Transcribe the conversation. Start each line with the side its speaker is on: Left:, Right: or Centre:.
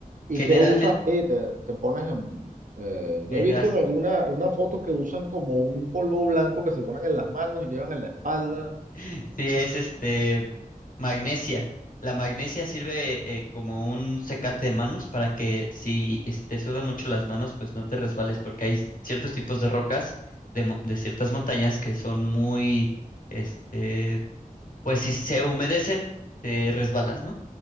Left: generalmente,
Right: ¿Y qué usas ahí? Te, te pones en... eh, yo
Left: eh,
Right: he visto en alguna, en unas fotos que usan como un polvo blanco que se ponen en las manos y llevan en la espalda.
Left: Sí, es este magnesia. La magnesia sirve eh, como un secante de manos para que si es- te sudan mucho las manos, pues no te resbales, porque hay ciertos tipos de rocas de, mo- de ciertas montañas que son muy, este, pues si se humedecen, te resbalas,
Right: Ujú.
Left: ¿no?